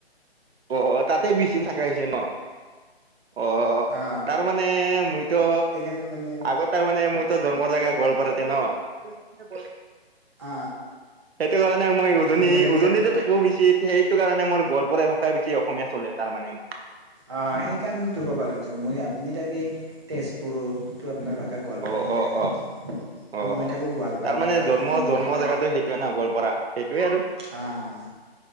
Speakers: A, on the right; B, on the right.
A: অ - অ তাতে বিচি থাকা হৈছে ন অ,
B: অ
A: তাৰ মানে মইতো
B: সেইকাৰণে মানে
A: আগত তাৰ মানে মইতো ধৰ্ম জাগা গল পাৰতে ন। গ
B: অ
A: সেইটো কাৰণে মই উজনি
B: আপুনি মানে
A: উজননিতো
B: তে
A: থাকো বচিত সেইটো কাৰণে। মানে মোৰ গোৱলপৰীয়া ভাষাই বেছি অসমীয়া চলে তাৰ মানে।
B: অ, সেইকাৰণো ক'ব লাগিছিল মই আপুনি তাকে তেজপুৰত। আপোনাৰ ভাষা গোৱালপাৰীয়া।
A: অ অ অ
B: আৰু
A: অ
B: মই
A: অ
B: থাকো গোৱালপাৰাত
A: তাৰ মানে জন্ম
B: অমৰ
A: জন্ম
B: ভাষা
A: জেগাটো সেইটোৱে ন গোৱালপাৰা সেইটোৱে আৰু
B: আহ